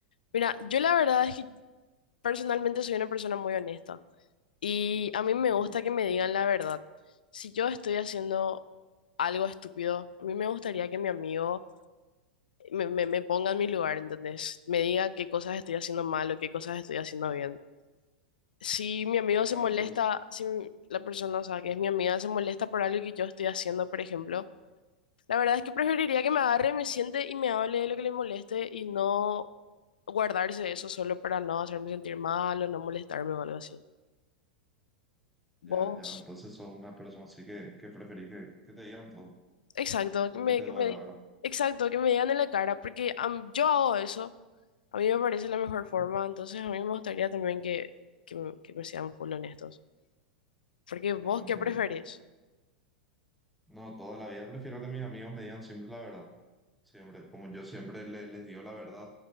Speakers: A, on the left; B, in the centre.
A: Mira, yo la verdad es que personalmente soy una persona muy honesta. Y a mí me
B: Ujú,
A: gusta que me digan la verdad. Si yo estoy haciendo algo estúpido, a mí me gustaría que mi amigo me, me- me ponga en mi lugar, ¿entendés? Me diga qué cosas estoy haciendo mal o qué cosas estoy haciendo bien. Si mi amigo
B: Claro,
A: se molesta,
B: pero s-
A: si m- la persona, o sea, que es mi amiga, se molesta por algo que yo estoy haciendo, por ejemplo, la verdad es que preferiría que me agarre, me siente y me hable de lo que le moleste y no guardarse eso solo para no hacerme sentir mal o no molestarme o algo así. ¿Vos?
B: ya, ya, entonces sos una persona así que, que preferís que, que te digan todo,
A: Exacto,
B: aunque
A: que me,
B: te
A: que
B: duela,
A: me,
B: ¿verdad?
A: exacto, que me digan en la cara, porque am- yo hago eso, a mí me parece la mejor
B: Ujú,
A: forma, entonces a mí me gustaría también que, que, me que me sean full honestos. Porque vos,
B: Claro, entiendo.
A: ¿qué preferís?
B: No, toda la vida prefiero que mis amigos me digan siempre la verdad. Sí, hombre, como yo siempre le- les digo la verdad,